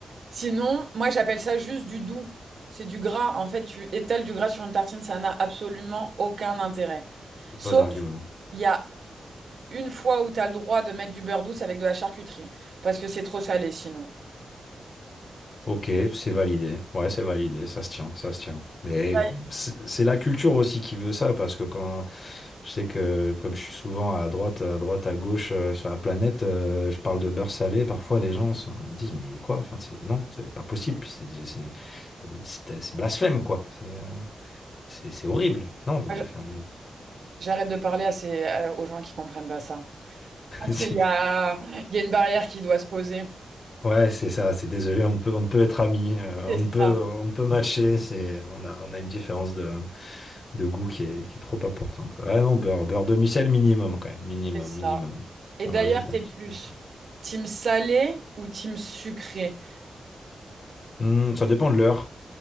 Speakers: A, on the right; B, on the left.
A: Sinon, moi j'appelle ça juste du doux. C'est du gras. En fait, tu étales du gras sur une tartine, ça n'a absolument aucun intérêt.
B: Bon
A: Sauf,
B: argument.
A: il y a une fois où tu as le droit de mettre du beurre douce avec de la charcuterie, parce que c'est trop salé sinon.
B: Ok, c'est validé. Ouais, c'est validé, ça se tient, ça se tient. Mais
A: Ouais.
B: c'est c'est la culture aussi qui veut ça, parce que quand je sais que comme je suis souvent à droite, à droite, à gauche euh, sur la planète, euh, je parle de beurre salé, parfois les gens sont- me disent mais quoi? Enfin, c'est non, c'est pas possible, puis c'est c'est- c'est- c'est blasphème quoi. C'est euh, c'est c'est horrible. Non, mais,
A: Moi,
B: enfin,
A: J'arrête de parler à ces- à- aux gens qui comprennent pas ça. Je pense
B: <laughs> c'est-
A: qu'il y a, il y a une barrière qui doit se poser.
B: ouais, c'est ça. C'est désolé, on ne peut on ne peut être amis, euh,
A: C'est
B: on ne peut
A: ça,
B: on ne peut matcher. C'est on a on a une différence de goût qui est, qui est trop importante, quoi. Ah non, beurre, beurre demi-sel minimum quand même, minimum,
A: c'est ça.
B: minimum.
A: Et
B: Ça
A: d'ailleurs,
B: rajoute
A: t'es
B: un petit
A: plus
B: peu.
A: team salé ou team sucré?
B: Hmm, ça dépend de l'heure.